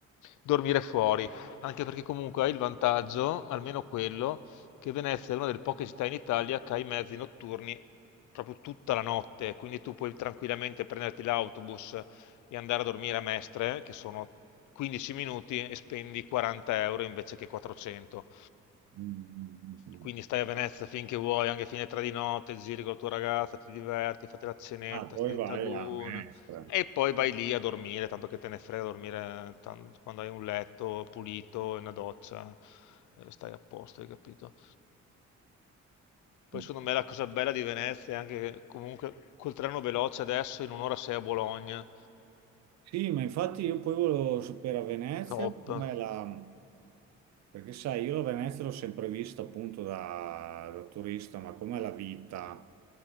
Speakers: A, on the left; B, on the right.
A: dormire fuori, anche perché comunque hai il vantaggio, almeno quello, che Venezia è una delle poche città in Italia che ha i mezzi notturni proprio tutta la notte, quindi tu puoi tranquillamente prenderti l'autobus e andare a dormire a Mestre, che sono 15 minuti e spendi 40 euro invece che 400.
B: mm, mm, mm.
A: Quindi stai a Venezia finché vuoi, anche fine tre di notte, giri con la tua ragazza, ti diverti, fate la cenetta,
B: Ah, poi
A: state in
B: vai
A: lagoon
B: a Mestre.
A: e poi vai lì a dormire, tanto che te ne frega dormire tan- quando hai un letto pulito e una doccia, eh, stai a posto, hai capito? Poi
B: Mm.
A: secondo me la cosa bella di Venezia è anche che comunque col treno veloce adesso in un'ora sei a Bologna,
B: Sì, ma infatti io poi volevo sapere a Venezia
A: top.
B: com'è la... Perché sai, io la Venezia l'ho sempre vista appunto da, da turista, ma com'è la vita,